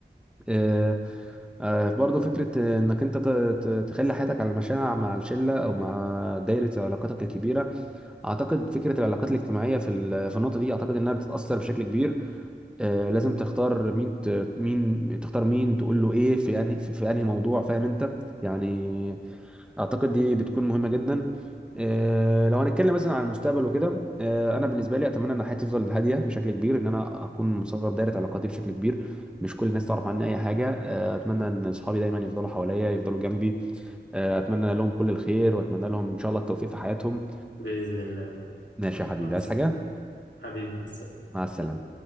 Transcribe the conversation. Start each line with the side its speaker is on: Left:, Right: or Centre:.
Centre: آه، آه، برضو فكرة آه، انك انت ت- ت- تخلي حياتك على المشاع مع الشلة او مع دايرة علاقاتك الكبيرة اعتقد فكرة العلاقات الاجتماعية في ال- في النقطة دي اعتقد انها بتتأثر بشكل كبير آه، لازم تختار مين ت- مين تختار مين تقول له ايه في انهي في في انهي موضوع فاهم انت يعني اعتقد دي بتكون مهمه جدا آه، لو هنتكلم مثلا عن المستقبل وكده آه، انا بالنسبه لي اتمنى ان حياتي تفضل هاديه بشكل كبير ان انا اكون مصغر دايره علاقاتي بشكل كبير مش كل الناس تعرف عني اي حاجه آه، اتمنى ان اصحابي دايما يفضلوا حواليا يفضلوا جنبي آه، اتمنى لهم كل الخير واتمنى لهم ان شاء الله التوفيق في حياتهم
Left: بإذن الله
Centre: ماشي يا حبيبي
Left: مع السلامة
Centre: عايز حاجه
Left: حبيبي مع السلامة
Centre: مع السلامه